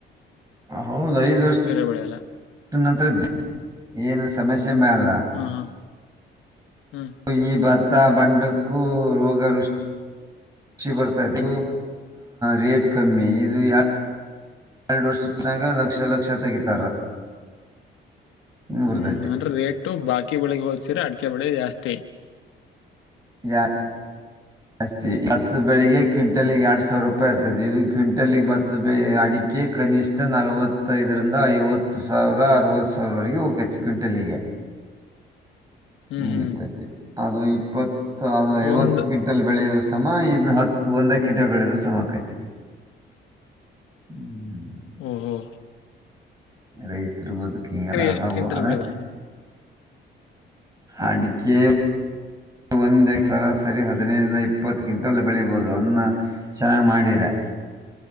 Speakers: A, on the right; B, on the left.
A: ಹೌದು ಐದ್ ವರ್ಷ
B: ಬೇರೆ ಬೆಳೆ ಎಲ್ಲ
A: ನಂತರ ಇದ್ದ ಏನು ಸಮಸ್ಯೆ ಮೇಲ್ಲ
B: ಹಾ ಹಾ ಹಾ
A: ಈ ಬತ ಬಂಡಕ್ಕೂ ರೋಗ ಋಷಿ ರುಿ ಬರ್ತದು ರೇಟ್ ಕಮ್ಮಿ ಇದು ಎರಡು ವರ್ಷಾಗ ಲಕ್ಷ ಲಕ್ಷ ತೆಗಿತಾರ ಹಿಂಗ್ ಬರ್ತೈತಿ
B: ಹ್ಮ್ ಅಂದ್ರೆ ರೇಟ್ ಬಾಕಿ ಬೆಳಿಗ್ ಹೋದ್ತೀರ ಅಡ್ ಕೆಬಡೆ ರಸ್ತೆ
A: ಜಾ ಜಾಸ್ತಿ ಹತ್ತು ಬೆಳಿಗ್ಗೆ ಕ್ವಿಂಟಲಗೆ ಎರಡು ಸಾವಿರ ರೂಪಾಯಿ ಇರ್ತೈತಿ ಇದು ಕ್ವಿಂಟಲಗೆ ಹತ್ತು ಬೆಳ ಅಡಿಕೆ ಕನಿಷ್ಠ ನಲ್ವತ್ತೈದರಿಂದ ಐವತ್ತು ಸಾವಿರ ಅರವತ್ತು ಸಾವಿರವರೆಗೆ ಹೋಗಕೈತಿ ಕ್ವಿಂಟಲಿಗೆ
B: ಹ್ಮ್
A: ಹ
B: ಹ್ಮ್
A: ಇರ್ತೈತಿ ಅದು ಈ ಪತ್ ಅದು
B: ಒಂದ್
A: ವತ್ತು ಕ್ವಿಂಟಲ್ ಬೆಳೆಯೋದು ಸಮ ಇನ್ನು ಹತ್ತು ಒಂದ ಕ್ಂಟಲ್ ಬೆಳೆದ್ರರು ಸಮಮಕೈತಿ ಹ್ಮ
B: ಹಓ ಹ್ಮ
A: ರೈತ ತಿರುಪೋದಕ್ಕೀಂಗಲ್ಲ ಅ
B: ಎಷ್ಟ್ ಕ್ವಿಂಟಲ್
A: ಹ ಅನ್ನ
B: ಬೆಳಿವ
A: ಅಡಿಕೆ ಒಂದು <unintelligible> ಸರಿ ಹದಿನೈದರಿಂದ ಇಪ್ಪತ್ತು ಕ್ವಿಂಟಲ್ ಬೆಳೀಬೋದು <unintelligible> ಚೆನ್ನಾಗಿ ಮಾಡಿರ